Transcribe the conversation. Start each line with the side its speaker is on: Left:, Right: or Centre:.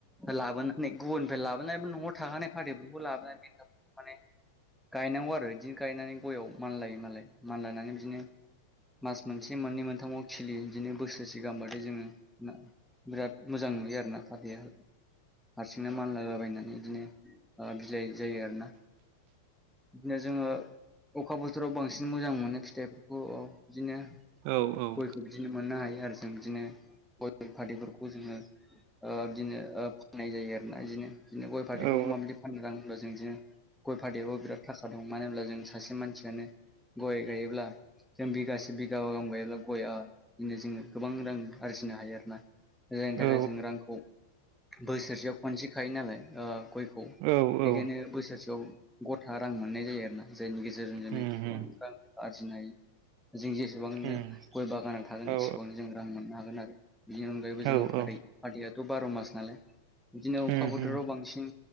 Centre: लाबोनानै गुबुननिफ्राय लाबोनानै न'आव थाखानाय फाटैफोरखौ लाबोनानै माने गायनांगौ आरो बिदिनो गायनानै गययाव मानलायो मालाय मानलायनानै बिदिनो मास मोनसे मोननै मोनथामाव खिलियो बिदिनो बोसोरसे गाहामबाथाय जोंङो। बिराद मोजां नुयो आर ना फाथैयाखो हारसिंनो मानलालाबायनानै बिदिनो बिलाइ जायो आरो ना बिदिनो जोंङो अखा बोथोराव बांसिन मोजां मोनो फिथाइफोरखौ बिदिनो
Right: औ औ
Centre: गयखौ बिदिनो मोननो हायो आरो जों बिदिनो गयल फाथैफोरखौ जोंङो। ओ बिदिनो ओ फाननाय जायो आरोना बिदिनो बिदिनो गय फाथैखौ
Right: औ
Centre: माबादि फाननो राङोबब्ला जों बिदिनो गय फाथैखौबो बिराद थाखा दं मानो होनब्ला जों सासे मानसियानो गय गायोब्ला जों बिगासे बिगाबा गाहाम गायोब्ला गया बिदिनो जोङो गोबां रां आरजिनो हायो आरोना जायनि थाखाय
Right: औ
Centre: जों रांखौ बोसोरसेयाव खनसे खायो नालाय ओ गयखौ
Right: औ
Centre: बेखायनो
Right: औ
Centre: बोसोरसेयाव रां मोननाय जायो आरो ना जायनि गेजेरजों जों
Right: उम
Centre: बेफोर
Right: उम
Centre: गोबां रां आरजिनो हायो। जों जेसेबांनो
Right: उम
Centre: गय बागानाव थागोन
Right: औ
Centre: एसेबांनो जों रां मोननो हागोन आरो बेनि अनगायैबो
Right: औ
Centre: जोङो फै
Right: औ
Centre: फादैयाथ' बार' मास नालाय बिदिनो अखा
Right: उम औ उम
Centre: बोथोराव
Right: उम
Centre: बांसिन